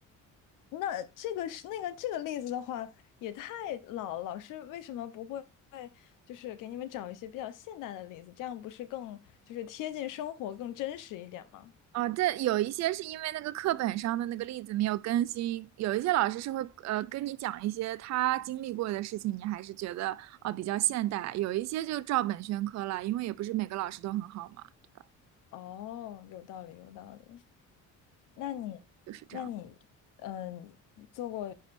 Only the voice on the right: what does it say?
哦，这有一些是因为那个课本上的那个例子没有更新，有一些老师是会呃跟你讲一些他经历过的事情，你还是觉得呃比较现代，有一些就照本宣科了，因为也不是每个老师都很好嘛，对吧？
就是这样。